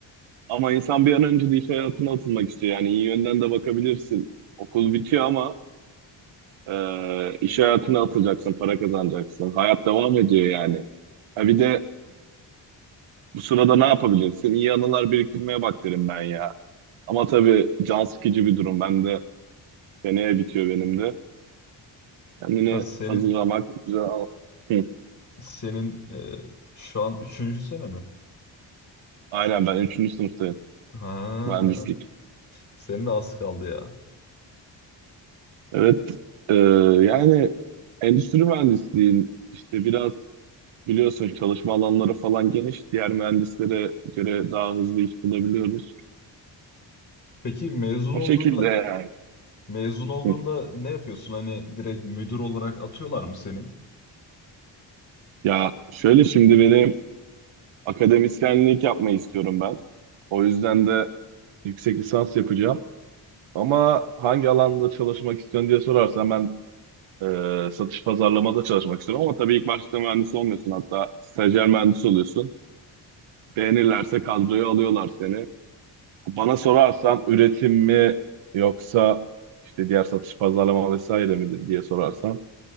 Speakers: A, on the right; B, on the left.
A: Ama insan bir an önce de iş hayatına atılmak istiyor. Yani iyi yönden de bakabilirsin. Okul bitiyor ama e, iş hayatına atılacaksın, para kazanacaksın. Hayat devam ediyor yani. Ha bir de bu sırada ne yapabilirsin? İyi anılar biriktirmeye bak derim ben ya. Ama tabii can sıkıcı bir durum. Ben de seneye bitiyor benim de. Kendini
B: Ha senin
A: hazırlamak, güzel al- Hı,
B: senin e, şu an üçüncü sene mi?
A: Aynen ben üçüncü sınıftayım.
B: Ha,
A: Mühendislik.
B: senin de az kaldı ya.
A: Evet. e, yani endüstri mühendisliğin işte biraz biliyorsun çalışma alanları falan geniş. Diğer mühendislere göre daha hızlı iş bulabiliyoruz.
B: Peki mezun
A: O
B: olduğunda
A: şekilde yani.
B: mezun olduğunda
A: Hı.
B: ne yapıyorsun? Hani direkt müdür olarak atıyorlar mı seni?
A: Ya şöyle şimdi benim akademisyenlik yapmayı istiyorum ben. O yüzden de yüksek lisans yapacağım. Ama hangi alanda çalışmak istiyorsun diye sorarsan ben Ee, satış pazarlamada çalışmak istiyorum ama tabii ilk başta mühendis olmuyorsun hatta stajyer mühendis oluyorsun. Beğenirlerse kadroya alıyorlar seni. Bana sorarsan üretim mi yoksa işte diğer satış pazarlama vesaire mi diye sorarsan